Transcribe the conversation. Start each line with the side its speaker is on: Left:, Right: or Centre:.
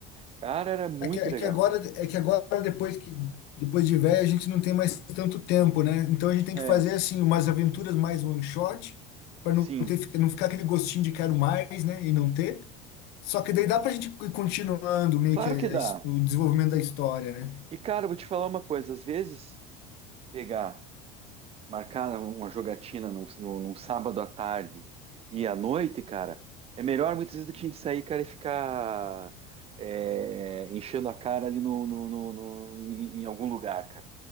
Right: cara, era muito
Left: É que, é
Right: legal.
Left: que agora, é que agora depois que depois de velho, a gente não tem mais tanto tempo, né? Então a gente tem
Right: É,
Left: que fazer assim umas aventuras mais one shot para
Right: sim.
Left: não ter, não ficar aquele gostinho de quero mais, né? E não ter. Só que daí dá pra gente ir continuando meio
Right: Claro
Left: que a- a
Right: que dá.
Left: his- o desenvolvimento da história, né?
Right: E, cara, eu vou te falar uma coisa. Às vezes, pegar Marcar uma jogatina num, num- num sábado à tarde e à noite, cara, é melhor muitas vezes do que a gente sair, cara, e ficar é, enchendo a cara ali no, no- no- no- em em algum lugar, cara.